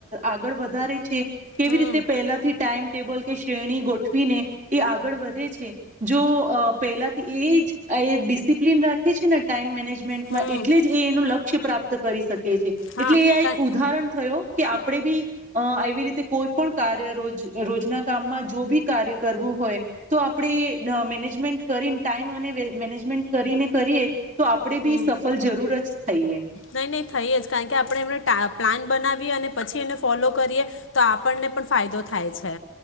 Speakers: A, on the right; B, on the left.
A: આગળ વધારે કેવી
B: હમ
A: રીતે પહેલાથી ટાઈમ ટેબલ કે શ્રેણી ગોઠવીને એ આગળ વધે છે જો અ પેલાથી એ જ ડિસિપ્લિન રાખે છે ને ટાઈમ મેનેજ ન્ટમાં
B: હમ
A: એટલે જ એનું લક્ષ્ય પ્રાપ્ત કરી શકે એટલે
B: હા
A: એ આ
B: કા
A: એક ઉદાહરણ થયું. કે આપણે બી આવી રીતે કોઈ પણ કાર્ય રોજ રોજના કામમાં જો બી કાર્ય કરવું હોય તો આપણે મેને મેનેજ કરીને ટાઈમ અને મેનેજમેન્ટ કરીને કરી એ તો આપણેે
B: હમ
A: બી સફળ જરૂર જ થઈએ.
B: નહીં નહીં થઈએ જ કારણ કે આપણે એમને પ્લાન બનાવીએ અને પછી એને ફોલો કરીએ તો આપણને પણ ફાયદો થાય છે.